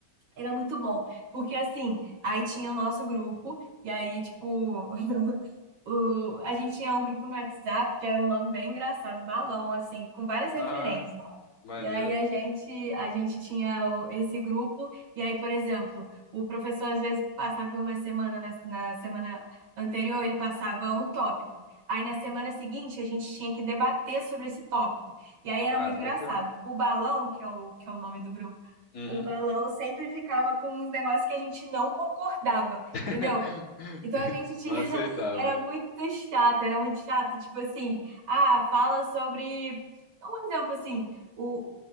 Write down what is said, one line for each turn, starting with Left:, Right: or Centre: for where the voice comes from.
Right: Era muito bom, porque assim, aí tinha o nosso grupo, e aí, tipo, <laughs> o, a gente tinha um grupo no WhatsApp que era um nome bem engraçado, Balão, assim, com várias referências.
Left: Ah, maneiro.
Right: E aí a gente, a gente tinha o- esse grupo, e aí, por exemplo, o professor às vezes passava em uma semana, na, na semana anterior ele passava um tópico. Aí na semana seguinte a gente tinha que debater sobre esse tópico. E aí era
Left: Caraca.
Right: muito engraçado. O balão, que é o, que é o nome do grupo,
Left: Uhum.
Right: o balão sempre ficava com uns negócios que a gente não concordava,
Left: <laughs>
Right: entendeu? Então a gente tinha,
Left: Não aceitava.
Right: <laughs> era muito chato, era muito chato, tipo assim, ah, fala sobre, um exemplo assim, o,